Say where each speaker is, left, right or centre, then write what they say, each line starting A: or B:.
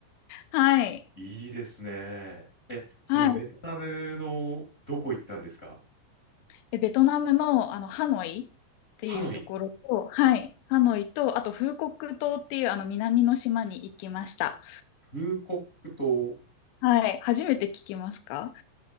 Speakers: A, on the left (about 80°); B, on the left (about 40°).
A: はい。
B: いいですね。え、そのベトナムのどこ行ったんですか
A: はい。でベトナムの、あの、ハノイっていうところと、
B: ハノイ。
A: はい。ハノイと、あと、フーコック島っていう、あの、南の島に行きました。
B: フーコック島、
A: はい。初めて聞きますか